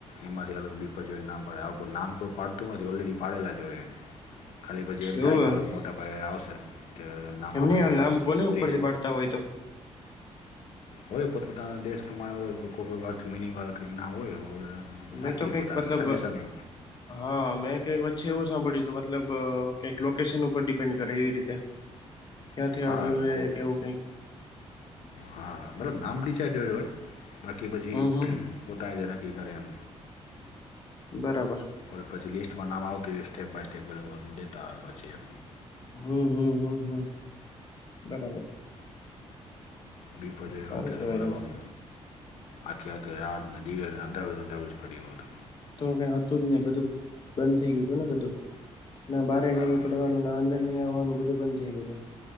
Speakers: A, on the left; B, on the left.
A: એમાંથી અલગ બીપા જોઈને નામ પાડે આવ કોઈ નામ કોઈ પાડતું નથી ઓલરેડી પાડેલા જ હોય ખાલી પછી એમ
B: એવું
A: થાય કે હવે મોટા પાયે આવશે કે. નામ
B: એમને
A: આપી
B: આ
A: દે
B: નામ
A: હાલું
B: કોને ઉપર
A: લિસ્ટ
B: થી પાડતા હોય તો.
A: હોય પોતપોતાના દેશ પ્રમાણે બધ કોઈ અર્થ મિનિંગ વાળાઈ ના હોય.
B: મેં
A: નાખી
B: તો કઈક
A: દે પોતાના
B: મતલબ
A: સજેશન
B: હા મેં કઈક વચ્ચે એવું સાંભળ્યું હતું મતલબ. કઈક લોકેશન ઉપર ડિપેન્ડ કરે એ રીતે. ક્યાંથી
A: હા
B: આવ્યું હે
A: કોઈ
B: કેવું કઈક
A: હા મતલબ નામ ડિસાઈડેડ હોય બાકી પછી
B: હમ હમ
A: પોતા જે નક્કી કરે એમ.
B: બરાબર.
A: કોલ પછી લિસ્ટમાં નાવ આવતું હોય સ્ટેપ બાય સ્ટેપ લેતા આવે પછી એમ
B: હમ્મ હમ્મ હમ્મ હમ્મ બરાબર.
A: દીપજ
B: સારું
A: વતે
B: કેવાય
A: રમ રવમ. આખી આખે રાતને દિવસ અંદર જ અંદર જ પડ્યો હતો.
B: તો હ હતું જ ને બધું બંધ થઈ ગયું ને બધું ના બારે
A: હા
B: નહી નીકળવાનું ના અંદર. આયા આવવાનું બધું બંધ થઈ ગેલું